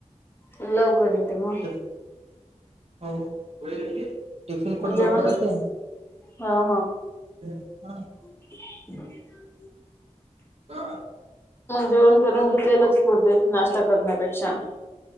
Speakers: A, on the left; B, on the right.
A: लवकर येते मग.
B: <inaudible> टिफिन पण
A: जेवणच
B: लवकर येते
A: हा हा
B: <inaudible>
A: <inaudible>
B: <inaudible>
A: जेवण करून घेतलेलंच पुरते नाश्ता करण्यापेक्षा?